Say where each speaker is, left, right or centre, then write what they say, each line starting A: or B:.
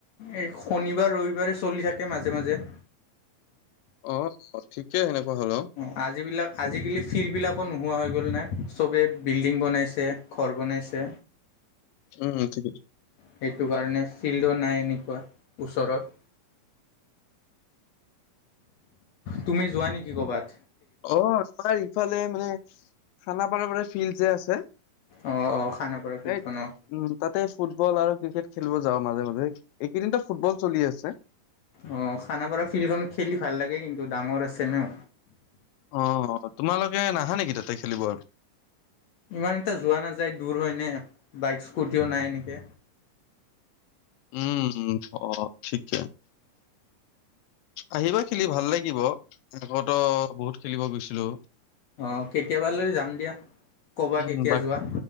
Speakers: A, on the left (about 65°); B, on the left (about 85°).
A: এই শনিবাৰ, ৰবিবাৰে চলি থাকে মাজে, মাজে।
B: অ' ঠিকে সেনেকুৱা হলেও।
A: অ' আজিবিলাক আজিকালি ফিল্ডবিলাকো নোহোৱা হৈ গ'ল ন চবেই বিল্ডিং বনাইছে ঘৰ বনাইছে।
B: উম, ঠিকেই।
A: সেইটো কাৰণে ফিল্ডো নাই এনেকুৱা ওচৰত। তুমি যোৱা নেকি কবাত?
B: অ' আমাৰ ইফালে মানে খানাপাৰাৰ পৰা ফিল্ড যে আছে।
A: অ'অ' খানাপাৰ ফিল্ডখন
B: এই
A: অ'
B: উম, তাতে ফুটবল আৰু ক্ৰিকেট খেলিব যাওঁ মাজে, মাজে এইকেইদিন ফুটবল চলি আছে।
A: অ' খানাপাৰা ফিল্ডখন খেলি ভাল লাগে কিন্তু ডাঙৰ আছে ন।
B: অ' তোমালোকে নাহা নেকি তাতে খেলিব?
A: ইমান এটা যোৱা নাযায় দূৰ হয়নে বাইক স্কুটিও নাই এনেকে।
B: উম, উম অ' ঠিকে। আহিবা খেলি ভাল লাগিব আকতো বহুত খেলিব গৈছিলো।
A: অ' কেতিয়াব লৈ যাম দিয়া। ক'বা
B: উম
A: কেতিয়া
B: বাক
A: যোৱা